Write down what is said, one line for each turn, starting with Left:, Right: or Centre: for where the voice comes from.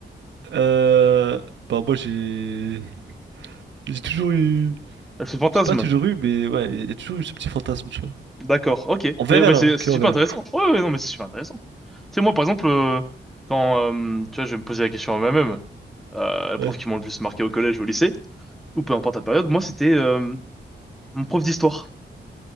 Right: Euh, bah moi, j'ai j'ai toujours eu,
Centre: Elle fait fantasme.
Right: j'ai pas toujours eu, mais ouais, il y, a y a toujours eu ce petit fantasme, tu vois.
Centre: D'accord, ok.
Right: Envers
Centre: Mais, mais
Right: elle, hein,
Centre: c'est c'est
Right: que
Centre: super
Right: envers
Centre: intéressant.
Right: elle.
Centre: Ouais, ouais, non, mais c'est super intéressant. Tu sais, moi, par exemple, euh, quand, euh, tu vois, je vais me poser la question à moi-même, euh, les
Right: Ouais.
Centre: profs qui m'ont le plus marqué au collège ou au lycée, ou peu importe la période, moi, c'était euh, mon prof d'histoire.